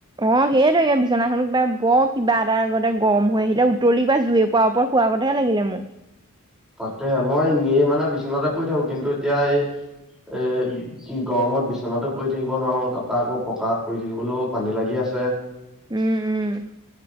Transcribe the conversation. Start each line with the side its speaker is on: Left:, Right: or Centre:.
Right: অ 'সেইতোয়ে বিচনাখনো কিবা বৰ কিবা এটা আগতে গৰম হৈ আহিলে উতলি কিবা জুই কোৱাৰ ওপৰত খোৱাৰ কথাহে লাগিলে মোক।
Centre: তাকে মই নে মানে বিচনাতে পৰি থাকো কিন্তু এতিয়া এই। এই, গৰমত বিছনাতো পৰি থাকিব নোৱাৰো তাৰপৰা আকৌ পকাত পৰি থাকিবলৈও পানী লাগি আছে। এ
Right: উম উম